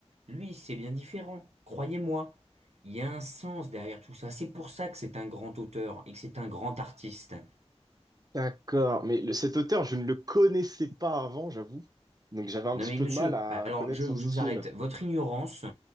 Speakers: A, on the right (about 70°); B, on the right (about 35°).
A: lui, c'est bien différent. Croyez-moi, il y a un sens derrière tout ça. C'est pour ça que c'est un grand auteur et que c'est un grand artiste.
B: D'accord. Mais le- cet auteur, je ne le connaissais pas avant, j'avoue. Donc j'avais un
A: Non
B: petit
A: mais
B: peu
A: monsieur,
B: de mal à
A: alors
B: connaître
A: je,
B: son style.
A: je vous arrête. Votre ignorance.